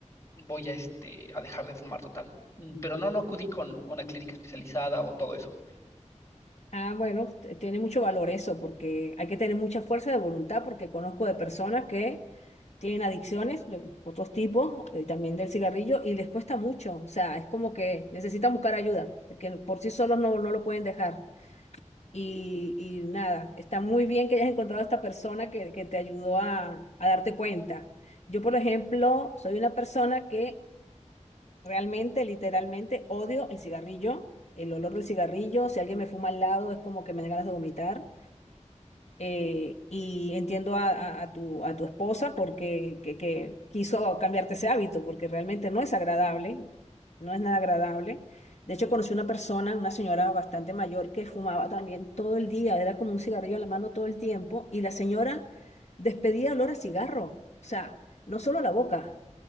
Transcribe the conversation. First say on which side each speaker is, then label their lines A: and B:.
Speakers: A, on the left (about 25°); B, on the left (about 60°).
A: voy a, este, a dejar de fumar total. Mm, Pero no, no acudí con una clínica especializada o todo eso.
B: Ah, bueno, t- tiene mucho valor eso, porque hay que tener mucha fuerza de voluntad, porque conozco de personas que tienen adicciones de otros tipos, eh, también del cigarrillo, y les cuesta mucho. O sea, es como que necesitan buscar ayuda, porque por sí solos no, no lo pueden dejar. Y, y nada, está muy bien que hayas encontrado a esta persona que, que te ayudó a, a darte cuenta. Yo, por ejemplo, soy una persona que Realmente, literalmente, odio el cigarrillo, el olor del cigarrillo. Si alguien me fuma al lado, es como que me dan ganas de vomitar eh, y entiendo a, a- a tu, a tu esposa porque que, que quiso cambiarte ese hábito, porque realmente no es agradable, no es nada agradable. De hecho, conocí una persona, una señora bastante mayor, que fumaba también todo el día, era como un cigarrillo en la mano todo el tiempo, y la señora despedía olor a cigarro, o sea, no solo la boca,